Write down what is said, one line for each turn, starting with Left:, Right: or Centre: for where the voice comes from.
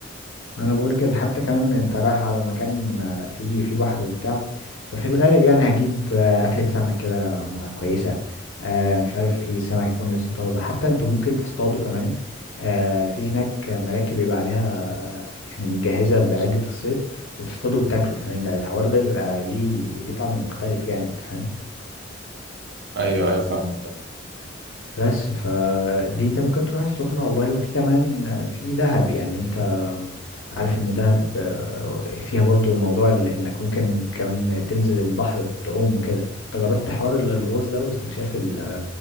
Left: انا بقول كده حتى كمان انت رايح على مكان آه، فيه فيه بحر وبتاع ففي الغالب يعني هجيب آه، اكلة سمك كده م- كويسة آه، مش عارف ايه سمك يكون لسه طازة حتى انتوا ممكن تصطادوا كمان آه، في هناك مراكب يبقى عليها آه، يعني مجهزة بعدة الصيد وتصطادوا وتاكلوا كمان ده الحوار ده بيبقى ليه ليه طعم مختلف يعني انت فاهم
Right: ايوه ايوه فاهمك
Left: بس فدي انت ممكن تروح السخنة والله وفي كمان في دهب يعني انت عارف ان دهب آه، فيها برضو الموضوع ال- انك ممكن كمان تنزل البحر تعوم وكده انت جربت حوار ال- الغوص ده واستكشاف ال-